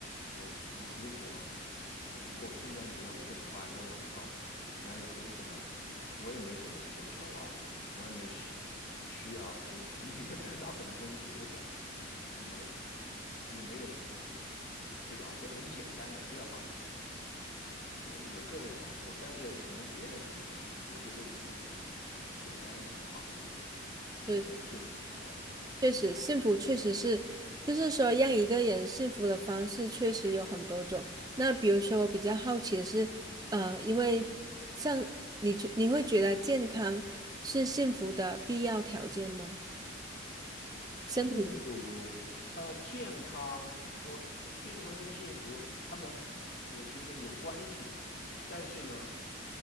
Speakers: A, on the left; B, on the right.
A: 有如如果什么过圣诞节，我给你发一个问候，Merry Christmas，我也没什么所求啊，我也没需需要得从你那得到什么东西，我想，因为也没有。是吧？就很简单的，不要把从我个人来说，但是可能别人不一样，我觉得也没什么，简单一点好一些，简单幸福，
B: <laughs> 对，
A: 哎，
B: 确实幸福确实是，就是说让一个人幸福的方式确实有很多种。那比如说，我比较好奇的是，呃，因为像你觉你会觉得健康是幸福的必要条件吗？身体
A: 幸福，呃，健康，我健康跟幸福，他们我觉得有关系，但是呢，